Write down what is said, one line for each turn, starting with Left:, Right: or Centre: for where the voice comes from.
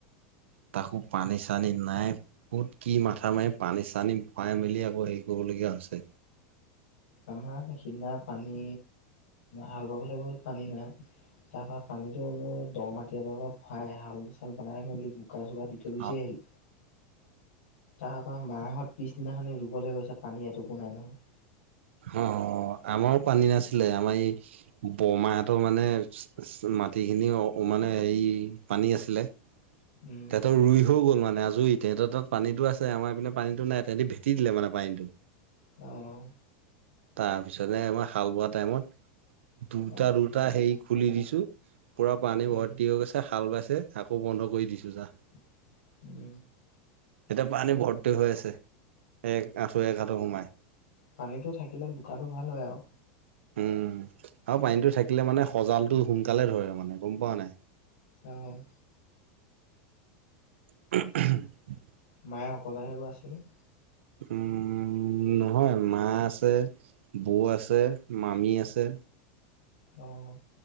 Right: তাকো পানী চানি নাই। ক'ত কি মাথা মাৰি পানী চানী ভৰাই মেলি আকৌ হেৰি কৰিবলগীয়া হৈছে।
Left: আমাৰ সিদিনা পানী হাল বাবলৈ গ'ল পানী নাই। তাৰ পৰা পানীটো দ মাটি এ দৰ পৰা ভৰাই হাল চাল বাই মেলি বোকা চোকা দি ত গুচি
Right: অ
Left: আহিলো। তাৰ পৰা মা হঁতে পিছদিনাখনি ৰুবলৈ গৈছে পানী এটুপো নাই নহয়।
Right: অ আমাৰো পানী নাছিলে আমাৰ এই বৰমাহঁতৰ মানে মাটিখিনি মানে হেৰি পানী আছিলে।
Left: উম
Right: তেহেঁত ৰুই হৈ গ'ল মানে আজৰি তেহেঁত তাত পানীটো আছে আমাৰ এইপিনে পানীটো নাই তেহেঁতি ভেটি দিলে মানে পানীটো
Left: অ',
Right: তাৰপিছতে আমাৰ হাল বোৱা টাইমত দুটা
Left: অ',
Right: দুটা
Left: অ',
Right: হেৰি খুলি দিছোঁ। পূৰা পানী ভৰ্তি
Left: উম,
Right: হৈ গৈছে হাল বাইছে আকৌ বন্ধ কৰি দিছোঁ যা
Left: <unintelligible>
Right: এতিয়া পানী ভৰ্তি হৈ আছে এক আঁঠু এক আঁঠু সোমাই।
Left: পানীতটো থাকিলে বোকাটো ভাল হয় আৰু।
Right: উ আৰু পানীটো থাকিলে মানে সজালটো সোনকালে ধৰে মানে গম পোৱা নাই।
Left: অঁ
Right: <unintelligible>
Left: প্ৰায়ে অকলেহে ৰুৱা আছে নে?
Right: উম নহয় মা আছে বৌ আছে মামী আছে।
Left: অঁ